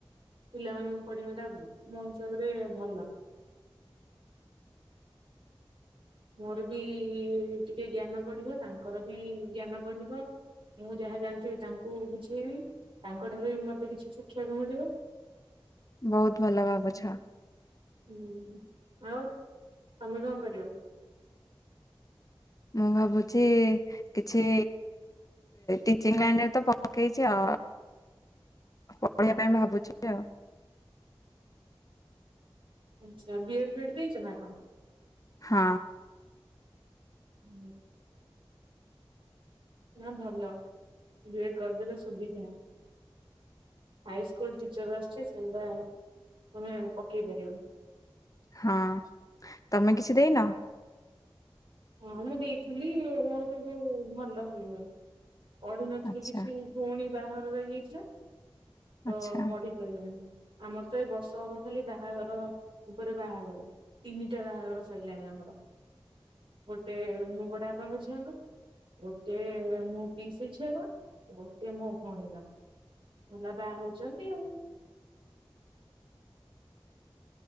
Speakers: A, on the right (about 65°); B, on the left (about 35°).
A: ପିଲାମାନଙ୍କୁ ପଢେଇବା ଟା ମୋ ହିସାବରେ ଭଲ। ମୋର ବି ଟିକେ ଜ୍ଞାନ ବଢିବ ତାଙ୍କର ବି ଜ୍ଞାନ ବଢିବ। ମୁଁ ଯାହା ଜାଣିଥିବି ତାଙ୍କୁ ବୁଝେଇବି। ତାଙ୍କ ଠାରୁ ବି ମତେ କିଛି ଶିଖିବାକୁ ମିଳିବ।
B: ବହୁତ ଭଲ ଭାବୁଛ।
A: <unintelligible> ଆଉ ତମେ କଣ କରିବ?
B: ମୁଁ ଭାବୁଛି କିଛି ଟିଚିଂ ଲାଇନରେ ତ ପକେଇଛି ଆ କହିବା ପାଇଁ
A: ହୁଁ
B: ଭାବୁଛି ଆଉ।
A: ଆଚ୍ଛା ବିଏଡ଼ ଫଏଡ଼ ଦେଇଚ ନା କଣ?
B: ହଁ।
A: ହୁଁ। ନା ଭଲ ବିଏଡ୍ କରିଦେଲେ ସୁବିଧା। ହାଇ ସ୍କୁଲ ଟିଚର ଆସଛି ସେଗୁଡା ତମେ ପକେଇ ପାରିବ।
B: ହଁ ତମେ କିଛି ଦେଇନ।
A: ହଁ ମୁଁ ଦେଇଥିଲି ମୋର କିନ୍ତୁ ଭଲ ହୁଏନି। ପଢିନଥିଲି
B: ଆଚ୍ଛା
A: କିଛି ଭଉଣୀ ବାହାଘରରେ ହେଇଥିଲା ତ
B: ଆଚ୍ଛା
A: ପଢିପାରିଲିନି। ଆମର ତ ଏ ବର୍ଷ ହବ ଖାଲି ବାହାଘର ଉପରେ ବାହାଘର ତିନିଟା ବାହାଘର ସଇଲାଣି ଆମର।
B: <inaudible>
A: ଗୋଟେ ମୋ ବଡ଼ବାପାଙ୍କ ଝିଅ ହେବେ ଗୋଟେ ମୋ ପିସି ଝିଅ, ଗୋଟେ ମୋ ଭଉଣୀର। ଭଲ ବାହା ହଉଛନ୍ତି ଆଉ।
B: <inaudible>